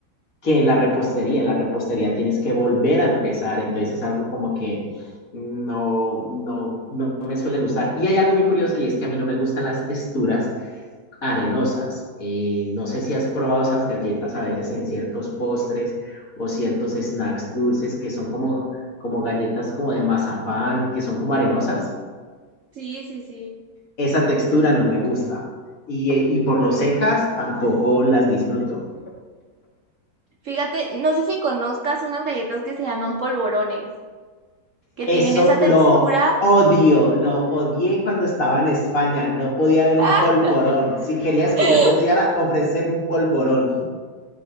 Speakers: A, on the left (about 45°); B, on the right (about 65°).
A: que en la repostería. En la repostería tienes que volver a empezar, entonces es algo como que no, no, no me suele gustar. Y hay algo muy curioso y es que a mí no me gustan las texturas arenosas. Eh, no sé si has probado esas galletas a veces en ciertos postres o ciertos snacks dulces que son como, como galletas como de mazapán, que son como arenosas.
B: sí, sí, sí.
A: Esa textura no me gusta. Y, y por lo secas tampoco las disfruto.
B: Fíjate, no sé si conozcas unas galletas que se llaman polvorones, que
A: Eso
B: tienen esa textura.
A: lo odio, lo odié cuando estaba en España. No podía haber
B: <laughs>
A: un polvorón. Si querías que
B: ¡Ah!
A: yo te odiara, ofreceme un polvorón.